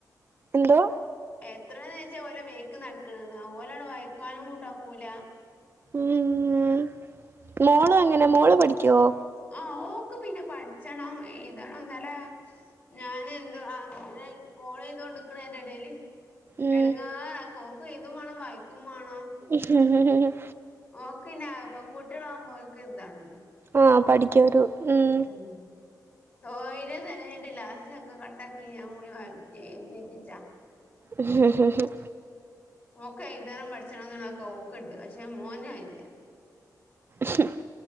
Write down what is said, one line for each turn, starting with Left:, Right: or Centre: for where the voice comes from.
Right: എന്തോ?
Left: എത്ര നേച്ചാ ഓരോ വീക്ക് നടക്കണത് ഓന് വൈക്കുവാനും കൂട്ടാക്കൂല്ല.
Right: ഉം ഉം മോളോങ്ങനെ മോള് പഠിക്കുവോ?
Left: ആഹ് ഓക്ക് പിന്നെ പഠിച്ചണം എഴുതണം എന്നല്ലേ ഞാൻ എന്തോ ആ കോൾ ചെയ്ത് നിക്കണെന്റെ എടയില്
Right: ഉം
Left: എടങ്ങാറാക്കും ഓക്ക് എഴുതും വേണം വായിക്കും മാണം.
Right: ഹ് ഹ് ഹ്
Left: ഓക്ക് ഞ പെൺകുട്ടിആൾ ആകുമ്പോ ഓല്ക്ക് ഇതാണല്ലോ.
Right: ആഹ് പഠിക്കൊരു ഉം.
Left: ഉം കോഴിനെ കഴിവീട്ട് ലാസ്റ്റ് ഒക്കെ കട്ടാക്കി ഞാൻ പോയി വാ തിതിപ്പിച്ചാ
Right: ഉം
Left: ഓക്ക് എഴുതണം പഠിച്ചണം എന്നുള്ളൊക്കെ ഓക്ക്ണ്ട് പക്ഷെ മോന് അയ്യില്ല.
Right: ഹും